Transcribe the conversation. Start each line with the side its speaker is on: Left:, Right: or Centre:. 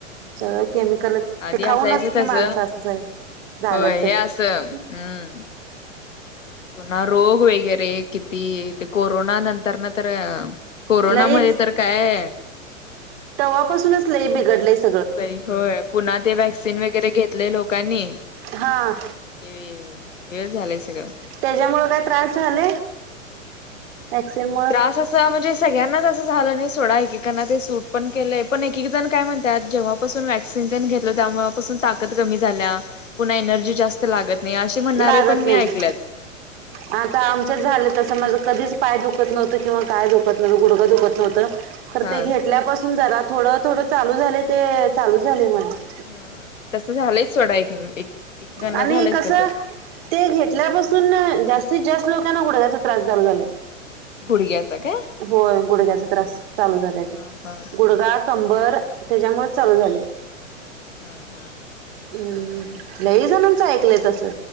Right: सगळं केमिकलचं.
Left: आधी
Right: ते खाऊनच
Left: असायचं
Right: कि
Left: तस
Right: माणसं असं स झाल्यात
Left: होय
Right: सगळी.
Left: हे असं हम्म पुन्हा रोग वगैरे किती! ते कोरोना नंतर न तर अ कोरोनामुळे
Right: लईच
Left: तर काय
Right: तव्हापासूनच लय बिघडलं स
Left: लय होय पुन्हा ते व्हॅक्सिन वगैरे घेतलंय लोकांनी ते
Right: हा
Left: हे झालंय सगळं,
Right: त्याच्यामुळे काय त्रास झाले? वॅक्सिन मुळ
Left: त्रास असं स म्हणजे सगळ्यांनाच असं झालं नाही सोडा एकेकांना ते सूट पण केलंय पण एकेक जण काय म्हणत्यात जेव्हा पासून वॅक्सिन तेण घेतलो त्यामुळे तेवा पासून ताकत कमी झालीया पुन्हा एनर्जी जास्त, लागत नाही असे म्हणणारे
Right: लागत
Left: पण मी
Right: नाही
Left: ऐकल्यात.
Right: आता आमच्याच झालं तसं माझं कधीच पाय दुखत नव्हतं किंवा काय दुखत नव्हतं गुडगं दुखत नव्हतं, तर
Left: हा
Right: ते घेतल्यापासून जरा थोडं थोडं चालू झालंय ते चालू झालंय माझं.
Left: ह्म हा तसं झालंयच सोडा एक एक गणना
Right: आणि
Left: झालंयच
Right: कसं
Left: तसं.
Right: ते घेतल्यापासून जास्तीत जास्त लोकांना ग गुडघ्याचा त्रास चालू झालाय.
Left: गुडघ्याच काय
Right: होय गुडघ्याचा त्रास चालू झाल्याती
Left: हा हा
Right: गुडगा कंबर त्याच्यामुळेच चालू झालंय.
Left: हा हा
Right: हम्म लहीजणांचं ऐकलंय तसं.